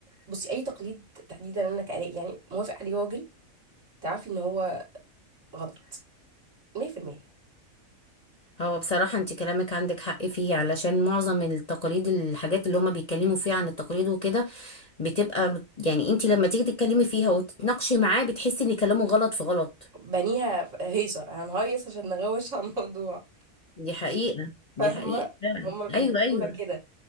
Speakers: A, on the right; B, on the left.
A: بصي اي تقليد تحديدا انا كألاقي يعني موافق عليه راجل تعرفي ان هو غلط 100%
B: هو بصراحه انت كلامك عندك حق فيه علشان معظم التقاليد الحاجات اللي هما بيتكلموا فيها عن التقاليد وكده بتبقى يعني انت لما تيجي تتكلمي فيها وتتناقشي معاه بتحسي ان كلامه غلط في غلط
A: بنيها ف- هيصه هنهيص عشان نغوش على الموضوع
B: دي حقيقه دي
A: فاهمه
B: حقيقه فعلا
A: هما بيمشوها
B: ايوه ايوه
A: كده